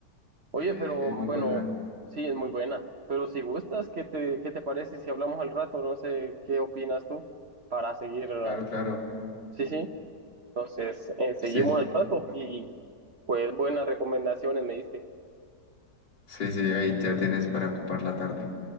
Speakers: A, on the right (about 45°); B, on the left (about 85°).
A: Oye,
B: Eh,
A: pero
B: es muy
A: bueno,
B: buena.
A: sí, es muy buena. Pero si gustas, ¿qué te, qué te parece si hablamos al rato? No sé, ¿qué opinas tú para seguir? eh,
B: Claro, claro.
A: Sí, sí. Entonces, eh, seguimos
B: Sí,
A: al rato y pues buenas recomendaciones me diste.
B: sí, sí, ahí ya tienes para ocupar la tarde.